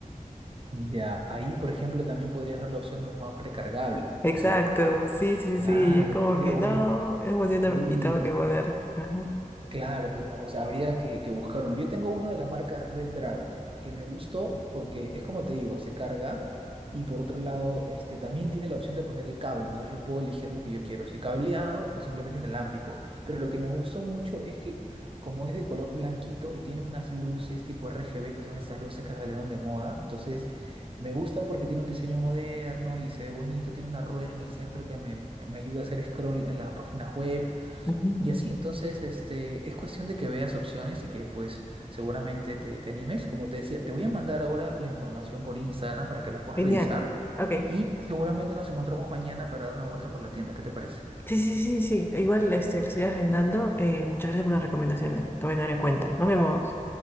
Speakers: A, on the right; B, on the left.
A: Ya, ahí, por ejemplo, también podrías ver la opción de un mouse recargable.
B: Exacto,
A: O sea, que-
B: sí, sí,
A: claro,
B: sí, sí, es como
A: eso sería
B: que
A: bueno.
B: no, no funciona
A: Y
B: y tengo que ponerle. Ajá.
A: Claro, pues, o sea, habría que, que buscar uno. Yo tengo uno de la marca Red Dragon, que me gustó porque es como te digo, se carga y por otro lado, este, también tiene la opción de poner el cable, entonces yo puedo elegir lo que yo quiero, si cableado o simplemente inalámbrico. Pero lo que me gustó mucho es que como es de color blanquito y tiene unas luces tipo RGB, que son estas luces que salieron de moda, entonces me gusta porque tiene un diseño moderno y se ve bonito, tiene una rueda en el centro que me, me ayuda a hacer scroll en las páginas web.
B: Mm.
A: Y así, entonces, este, es cuestión de que veas opciones y que pues seguramente te, te animes. Como te decía, te voy a mandar ahora la información por Instagram para que la puedas
B: Genial.
A: revisar
B: Ok,
A: y seguramente nos encontramos mañana para dar una vuelta por la tienda. ¿Qué te parece?
B: sí, sí, sí, sí, igual este, lo estoy agendando. eh, muchas gracias por las recomendaciones, te voy a tener en cuenta. Nos vemos.